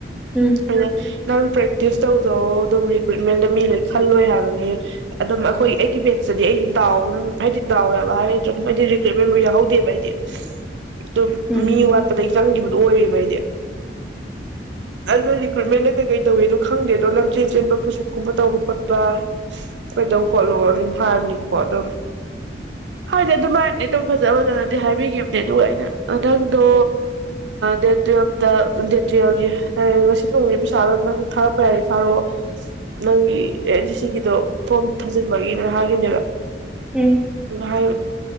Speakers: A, in the centre; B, on the right.
A: ꯎꯝ
B: ꯑꯩꯅ ꯅꯪ ꯄ꯭ꯔꯦꯛꯇꯤꯁ ꯇꯧꯗꯣ ꯗꯨ ꯔꯤꯄ꯭ꯔꯤ ꯃꯦꯟꯗ ꯃꯤꯂꯣꯢ ꯈꯜꯂꯣꯏ ꯍꯥꯏꯕꯅꯦ ꯑꯗꯨꯝ ꯑꯩꯈꯣꯏ ꯑꯩꯒꯤ ꯕꯦꯠꯇꯗꯤ ꯑꯩꯒꯤ ꯗꯥꯎ ꯑꯗꯨꯝ ꯍꯥꯏꯗꯤ ꯗꯥꯎ ꯌꯥꯕ ꯍꯥꯏꯗ꯭ꯔ ꯑꯗꯨꯝ ꯑꯩꯗꯤ ꯔꯤꯀ꯭ꯔꯨꯠꯃꯦꯟꯕꯨ ꯌꯥꯎꯍꯧꯗꯦꯕ ꯑꯩꯗꯤ ꯑꯗꯨꯝ
A: ꯎꯝ ꯎꯝ
B: ꯃꯤ ꯋꯥꯠꯄꯗꯒꯤ ꯆꯪꯈꯤꯕꯗꯨ ꯑꯣꯏꯌꯦꯕ ꯑꯩꯗꯤ ꯑꯗꯨ ꯔꯤꯀ꯭ꯔꯨꯏꯃꯦꯟꯗ ꯀꯩ ꯀꯩ ꯇꯧꯋꯤꯗꯣ ꯈꯪꯗꯦ ꯑꯗꯣ ꯂꯝꯖꯦꯟ ꯆꯦꯟꯕ ꯄꯨꯁꯞꯀꯨꯝꯕ ꯇꯧꯕ ꯈꯣꯠꯄ ꯀꯩꯗꯧ ꯈꯣꯠꯂꯣ ꯑꯗꯨꯝ ꯍꯥꯏꯔꯅꯤꯕꯀꯣ ꯑꯗꯨꯝ ꯍꯥꯏꯗꯤ ꯑꯗꯨꯃꯥꯏꯅꯗꯤ ꯑꯗꯨꯝ ꯐꯖ ꯐꯖꯅꯗꯤ ꯍꯥꯏꯕꯤꯈꯤꯕꯅꯦ ꯑꯗꯨꯒ ꯑꯩꯅ ꯅꯪꯗꯣ ꯗꯦꯠ ꯇꯨꯋꯜꯞꯇ ꯗꯦꯠ ꯇꯨꯋꯜꯌꯦ ꯑꯥ ꯉꯥꯁꯤ ꯅꯣꯡꯃꯒꯤ ꯄꯩꯁꯥꯗꯣ ꯅꯪ ꯊꯥꯔꯛꯄ ꯌꯥꯏꯔꯗꯤ ꯊꯥꯔꯛꯑꯣ ꯅꯪꯒꯤ ꯑꯦ ꯗꯤ ꯁꯤꯒꯤꯗꯣ ꯐꯣꯔꯝ ꯊꯥꯖꯤꯟꯕꯒꯤꯅꯦ ꯍꯥꯏꯒꯤꯕꯅꯦꯕ
A: ꯎꯝ
B: ꯃꯥꯢ